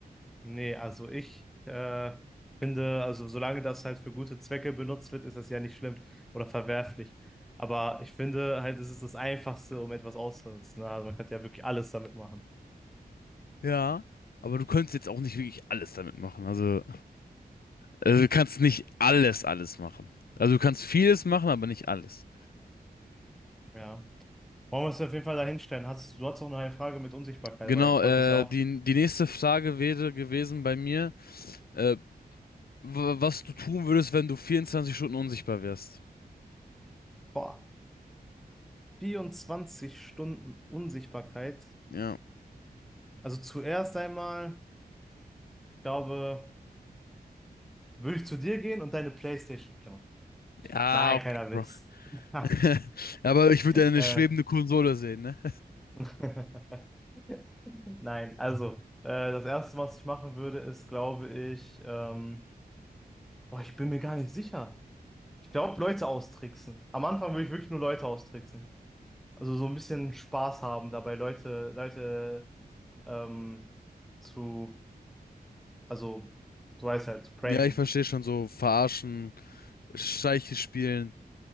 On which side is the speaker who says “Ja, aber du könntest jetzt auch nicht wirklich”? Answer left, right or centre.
Left